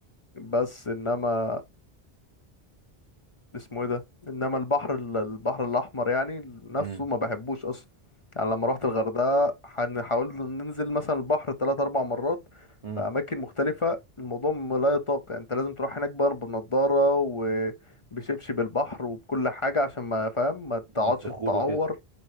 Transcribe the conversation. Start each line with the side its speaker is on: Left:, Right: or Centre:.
Left: بس انما اسمه ايه ده انما البحر ال- البحر الاحمر يعني نفسه
Right: امم
Left: ما بحبوش اصلا يعني لما روحت الغردقه حن- حاولت ننزل مثلا البحر ثلاث اربع مرات
Right: امم
Left: في اماكن مختلفه الموضوع م- لا يطاق يعني انت لازم تروح هناك بقى بنضاره وبشبشب البحر وبكل حاجه عشان ما فاهم ما تقعدش
Right: الصخور
Left: تتعور
Right: وكده